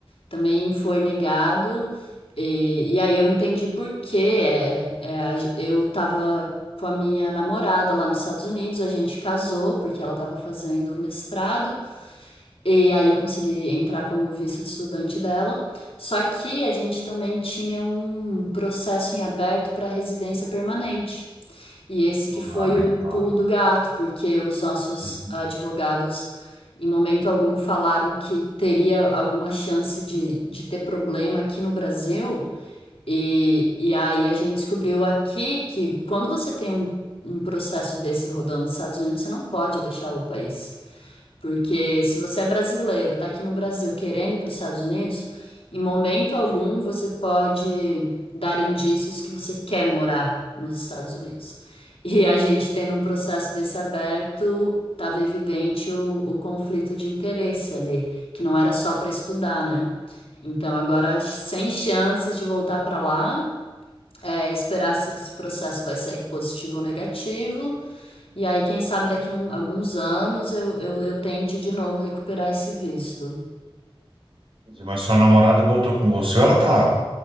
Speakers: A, on the left (about 80°); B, on the right (about 70°).
A: também foi negado, e, e aí eu entendi por quê. É, é, a ge- eu estava com a minha namorada lá nos Estados Unidos, a gente casou porque ela estava fazendo mestrado. E aí eu consegui entrar como visto de estudante dela. Só que a gente também tinha um processo em aberto para residência permanente. E esse que foi
B: lá, né?
A: o
B: Claro.
A: pulo do gato, porque os nossos
B: Uhum.
A: advogados, em momento algum, falaram que teria alguma chance de, de ter problema aqui no Brasil. E, e aí a gente descobriu aqui que quando você tem um, um processo desse rodando nos Estados Unidos, você não pode deixar o país. Porque se você é brasileiro, tá aqui no Brasil querendo ir para os Estados Unidos, em momento algum você pode dar indícios que você quer morar nos Estados Unidos. E a gente tendo um processo desse aberto, tava evidente o, o conflito de interesse ali, que não era só para estudar, né? Então agora sem chances de voltar para lá, é, esperar se esse processo vai sair positivo ou negativo. E aí, quem sabe daqui um, alguns anos eu, eu, eu tente de novo recuperar esse visto.
B: Mas sua namorada voltou com você, ou ela tá lá?